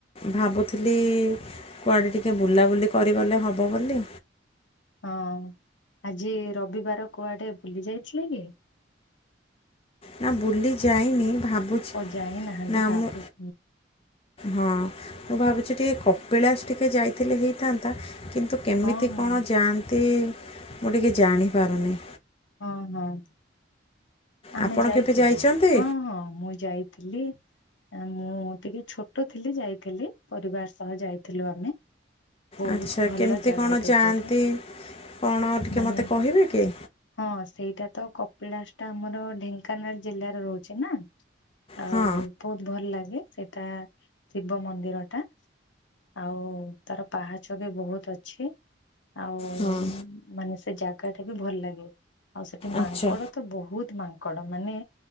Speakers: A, on the left (about 30°); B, on the left (about 80°).
A: ଭାବୁଥିଲି କୁଆଡ଼େ ଟିକେ ବୁଲାବୁଲି କରିଗଲେ ହବ ବୋଲି।
B: ହଁ ଆଜି ରବିବାର କୁଆଡେ ବୁଲି ଯାଇଥିଲ କି?
A: ନା ବୁଲି ଯାଇନି ଭାବୁଛି
B: ଓ ଯାଇନାହାନ୍ତି
A: ନା
B: ଭାବୁଛୁ
A: ମୁଁ ହଁ ମୁଁ ଭାବୁଛି ଟିକେ କପିଳାସ ଟିକେ ଯାଇଥିଲେ ହେଇଥାନ୍ତା। କିନ୍ତୁ କେମିତି
B: ହଁ
A: କଣ
B: ହଁ
A: ଯାଆନ୍ତି ମୁଁ ଟିକିଏ ଜାଣିପାରୁନି।
B: ହଁ ହଁ। ଆମେ
A: ଆପଣ
B: ଯାଇଥିଲୁ
A: କେବେ ଯାଇଛନ୍ତି
B: ହଁ ହଁ ମୁଁ ଯାଇଥିଲି। ଆ ମୁଁ ଟିକେ ଛୋଟ ଥିଲି ଯାଇଥିଲି ପରିବାର ସହ ଯାଇଥିଲୁ ଆମେ। ବହୁତ
A: ଆଚ୍ଛା
B: ଭଲ
A: କେମିତି
B: ଜାଗାଟେ
A: କଣ ଯାଆନ୍ତି
B: ସେଇଟା
A: କଣ ଟିକିଏ
B: ମାନେ
A: ମୋତେ କହିବେ କି?
B: ହଁ ସେଇଟା ତ କପିଳାସଟା ଆମର ଢେଙ୍କାନାଳ ଜିଲ୍ଲାରେ ରହୁଛି ନା। ଆଉ
A: ହଁ
B: ବହୁତ ଭଲ ଲାଗେ ସେଟା ଶିବ ମନ୍ଦିରଟା। ଆଉ ତାର ପାହାଚ ବି ବହୁତ ଅଛି। ଆଉ
A: ହଁ
B: ମାନେ ସେ ଜାଗା ଟା ବି ଭଲ ଲାଗେ, ଆଉ ସେଠି ମାଙ୍କଡ
A: ଆଚ୍ଛା
B: ତ ବହୁତ ମାଙ୍କଡ ମାନେ